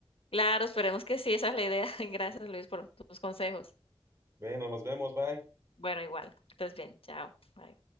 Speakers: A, on the left; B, on the right.
A: Claro, esperemos que sí, esa es la idea. <laughs> Gracias, Luis, por tus consejos.
B: Bueno, nos vemos, bye.
A: Bueno, igual, que estés bien. Chao. Bye.